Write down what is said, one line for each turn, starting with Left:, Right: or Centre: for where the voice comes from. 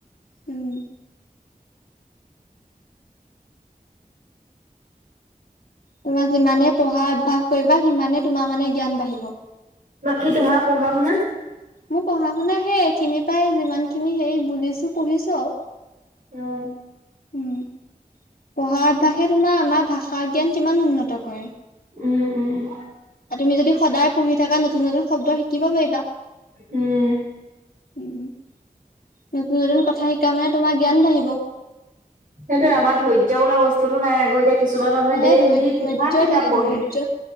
Left: উম। তোমাৰ যিমানে পঢ়া অভ্যয়াস কৰিবা। সিমানে তোমাৰ মানে জ্ঞান বাঢ়িব।
Right: বাকী তোমাৰ পঢ়া, শুনা
Left: মোৰ পঢ়া, শুনা সেই এইখিনি পাই। যিমান খিনি হেৰি বুজিছো পঢ়িছো আৰু।
Right: উম।
Left: উম, পঢ়া অভ্যাসে তোমাৰ আমাৰ ভাষা জ্ঞান কিমান উন্নত কৰে। আৰু
Right: উম উম
Left: তুমি যদি সদায় পঢ়ি থকা নতুন, নতুন শব্দ, শি শিকিব পাৰিবা,
Right: উম
Left: উম। নতুন, নতুন কথা শিকা মানে তোমাৰ জ্ঞান বাঢ়িব।
Right: সেইটোয়ে আমাৰ ধৈৰ্য বোলা বস্তুটো নাই আকৌ এতিয়া। কিছুমান মানুহে ডেইলি
Left: এ, ধৈ, ধ্যয়ই
Right: কিমান কিতাপ
Left: থাকি
Right: পঢ়ে।
Left: ধৈৰ্য,